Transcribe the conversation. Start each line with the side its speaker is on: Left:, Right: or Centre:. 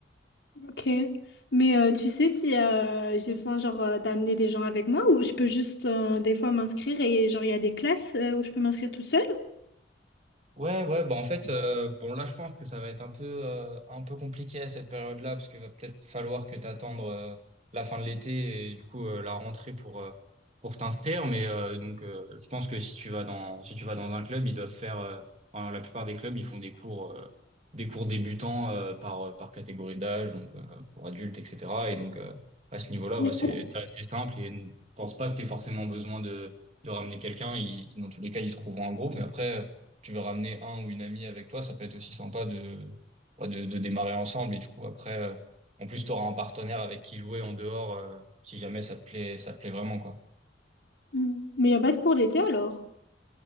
Left: Ok. Mais euh, tu sais si euh, j'ai besoin genre euh, d'amener des gens avec moi ou je peux juste euh, des fois m'inscrire et genre il y a des classes euh, où je peux m'inscrire toute seule?
Right: Ouais, ouais, bah en fait, euh, bon là je pense que ça va être un peu, euh, un peu compliqué à cette période-là, parce qu'il va peut-être falloir que t'attendes euh, la fin de l'été et du coup euh, la rentrée pour, euh, pour t'inscrire. Mais euh, donc euh, je pense que si tu vas dans, si tu vas dans un club, ils doivent faire, euh, enfin, la plupart des clubs, ils font des cours, euh, des cours débutants euh, par, euh, par catégorie d'âge, donc euh, pour adultes, etc. Et donc euh, à ce niveau-là,
Left: Il
Right: bah,
Left: y a
Right: c'est
Left: pas de-
Right: c'est assez simple et ne pense pas que t'aies forcément besoin de, de ramener quelqu'un. Ils- dans tous les cas, ils trouveront un groupe, mais après tu veux ramener un ou une amie avec toi, ça peut être aussi sympa de, ouais, de, de démarrer ensemble. Et du coup, après, euh, en plus, tu auras un partenaire avec qui jouer en dehors, euh, si jamais ça te plaît, ça te plaît vraiment, quoi.
Left: Mm. Mais il n'y a pas de cours l'été alors?